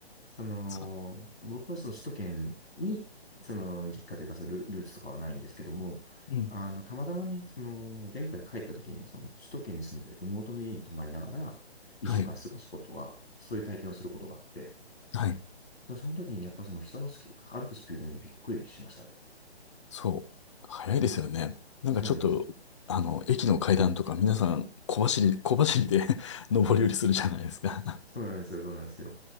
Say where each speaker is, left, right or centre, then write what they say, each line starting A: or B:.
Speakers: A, on the left; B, on the left.
A: その、
B: そう。
A: 僕はその首都圏に、その実家というかそのル、ルーツとかはないんですけども、
B: うん。
A: あの、たまたまね、その、前回帰った時に、その、首都圏に住んでる妹の家に泊まりながら、2週間過ごすことは、
B: はい。
A: そういう体験をすることがあって、
B: はい。
A: その時にやっぱその人のスキ歩くスピードにびっくりしましたね。
B: そう。早いですよね。
A: うん。
B: なんかちょっと、
A: そうなんですよ。
B: あの、駅の階段とか皆さん小走り、小走りで <laughs> 上り下りするじゃないですか。
A: そうなんですよ、そうなんですよ。